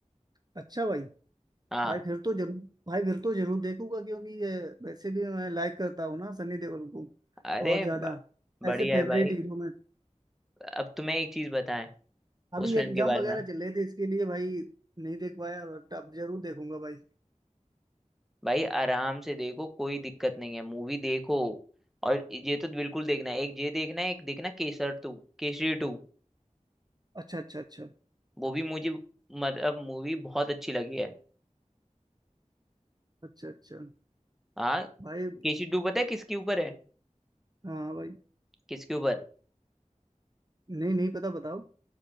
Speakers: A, on the right (about 30°); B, in the centre.
A: अच्छा भाई
B: हाँ
A: भाई फिर तो जरूर भाई फिर तो जरूर देखूंगा क्योंकि ये वैसे भी मैं लाइक करता हूँ ना सनी देओल को
B: अरे
A: बहुत ज्यादा
B: ब- बढ़िया
A: ऐसे फेवरेट
B: है भाई
A: हीरो में
B: अब तुम्हें एक चीज बताएं
A: अभी
B: उस फिल्म
A: एग्जाम
B: के बारे
A: वगैरह
B: में
A: चल रहे थे इसके लिए भाई नहीं देख पाया बट अब जरूर देखूंगा भाई
B: भाई आराम से देखो कोई दिक्कत नहीं है मूवी देखो और ये तो बिल्कुल देखना है एक ये देखना है एक देखना केसर टू केसरी टू
A: अच्छा अच्छा अच्छा
B: वो भी मुझे मतलब मूवी बहुत अच्छी लगी है
A: अच्छा अच्छा
B: हाँ
A: भाई
B: केसरी टू पता है किसके ऊपर है
A: हाँ भाई
B: किसके ऊपर
A: नहीं नहीं पता बताओ